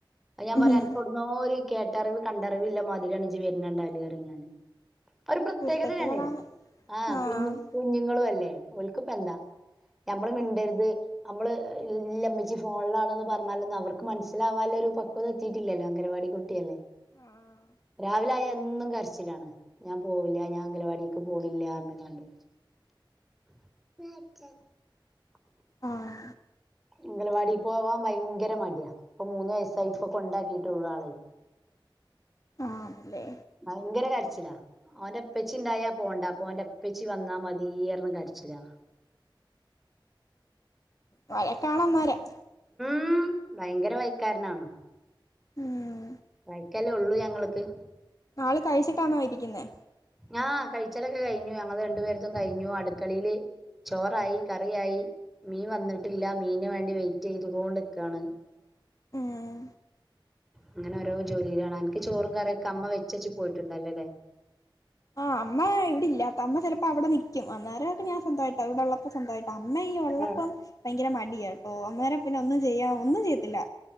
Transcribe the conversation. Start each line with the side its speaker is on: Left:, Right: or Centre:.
Centre: ഞാൻ പറയാ
Left: ഉം
Centre: എനിക്കോട ന്നോ ഒരു റിവ് കണ്ടറിവില്ലാ മാതിരിയാണ്ജി വരണണ്ടാല പരിമം ഞാൻ ഒരു പ്രത്യേകതന്നെണ്
Left: കുരുത്തക്കേടാണ്
Centre: ആഹ
Left: ആഹ്
Centre: കുഞ്ഞു കുഞ്ഞുങ്ങളും അല്ലേ ഒക്കപ്പ എന്താ നമ്മള് മിണ്ടരുത് നമ്മള് ഇല്ലമ്മിച്ച് ഫോണിലാണോന്ന് പറഞ്ഞാലൊന്നും അവർക്ക് മനസിലാവല്ല ഒരു പക്വത എത്തിട്ടില്ലല്ലോ അംഗനവാടി കുട്ടിയല്ലേ
Left: ആഹ്
Centre: രാവിലെ ആയാൽ എന്നും കരച്ചിലാണ് ഞാൻ പോവില്ല ഞാൻ അംഗലവാടിക്ക് പോണില്ലന്ന്കാണ്ട് <unintelligible>
Left: ആഹ
Centre: അംഗലവാടി പോവാൻ ഭയങ്കര മടിയാ ഇപ്പൊ മൂന്ന് വയസായി ഇപ്പൊ കൊണ്ടാക്കീട്ടള്ളു ആളേ
Left: ആണല്ലേ
Centre: ഭയങ്കര കരിച്ചില്ലാ ഓന്റെ പ്പച്ചി ഇണ്ടായാ പോണ്ട അപ്പൊ ഓന്റെ പ്പച്ചി വന്നാ മതിന്ന് പറഞ്ഞത് കാണ്ട് കരിച്ചില്ലാ
Left: വയക്കണന്നേരം
Centre: ഉം ഭയങ്കര വഴക്കാരനാണോ
Left: ഉം
Centre: വഴക്കല്ലേ ഉള്ളു ഞങ്ങൾക്ക്
Left: ആള് കഴിച്ചിട്ടാന്നോ ഇരിക്കുന്നേ
Centre: ആ് കഴിച്ചലൊക്കെ കഴിഞ്ഞു ഞങ്ങൾ രണ്ടു പേരത്തും കഴിഞ്ഞു അടുക്കളയില് ചോറായി കറിയായി മീൻ വന്നിട്ടില്ല മീന് വേണ്ടി വെയിറ്റ് ചെയ്തോണ്ടിക്കാണ്
Left: ഉം
Centre: അങ്ങനെ ഓരോ ജോലിയിലാണ് നിക്ക് ചോറും കറിയൊക്കെ അമ്മ വെച്ചച്ച് പോയിട്ടുണ്ടല്ലോല്ലേ
Left: ആഹ് അമ്മ ഇവിടില്ലത്ത അമ്മ ചപ്പോ അവിടെ നിക്കും അന്നേരൊക്കെ ഞാൻ സ്വന്തമായിട്ട് അവിടെ ഉള്ളപ്പോ സ്വന്തമായിട്ട് അമ്മ ഈ ഉള്ളപ്പോ
Centre: ആഹ്
Left: ഭയങ്കര മടിയാണ് ട്ടോ അന്നേരെ പിന്നെ ഒന്നും ചെയ്യാം ഒന്നും ചെയ്യത്തില്ല